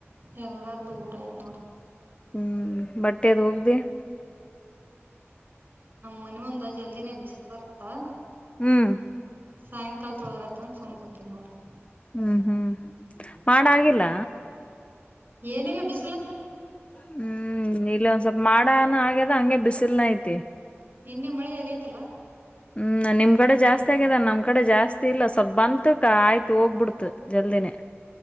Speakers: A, on the right; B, on the left.
A: ಎಲ್ಲರದೂ ಊಟ ಆಯ್ತು ನೋಡು
B: ಹು ಬಟ್ಟೆ ಅದು ಹೊಗ್ದಿ
A: ಮನೆಮುಂದ ಜಲ್ದಿನೆ ಬಿಸಲು ಬರುತ್ತಾ
B: ಹ್ಮ್
A: ಸಾಯಂಕಾಲ ತೊಳ್ದ್ರೆ ಆಯ್ತು ಸುಮ್ನ ಕೂತಿನ್ ನೋಡು
B: ಹು-ಹು ಮಾಡಗಿಲ್ಲಾ
A: ಏನಿಲ್ಲ ಬಿಸ್
B: <unintelligible> ಹು ಇಲ್ಲಿ ಒಂದ್ ಸ್ವಲ್ಪ ಮಾಡಣ ಆಗದ ಅಂಗೆ ಬಿಸಿಲು ನು ಇ
A: ನಿನ್ನೆ ಮಳಿ ಆಗಯ್ತಲ್ಲ
B: ಹುಂ ನಿಮ್ಕಡೆ ಜಾಸ್ತಿ ಆಗದನ್ ನಮ್ ಕಡಿ ಜಾಸ್ತಿ ಇಲ್ಲ ಸ್ವಲ್ಪ ಬಂದ್ ತ್ ಆಯ್ತು ಹೋಗ್ಬಿಡ್ತು ಜಲ್ದಿನೆ